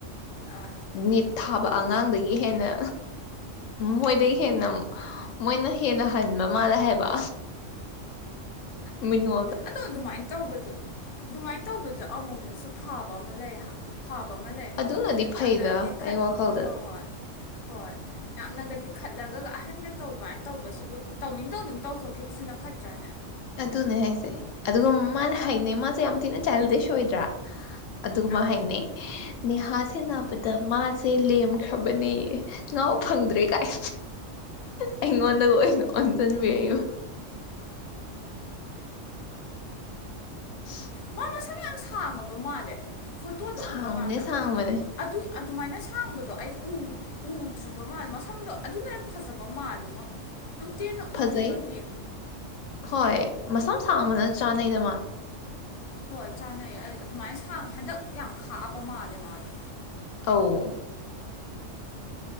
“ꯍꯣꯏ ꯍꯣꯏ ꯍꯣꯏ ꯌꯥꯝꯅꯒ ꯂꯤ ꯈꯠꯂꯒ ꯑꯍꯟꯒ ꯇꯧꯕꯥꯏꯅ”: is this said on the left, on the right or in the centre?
Left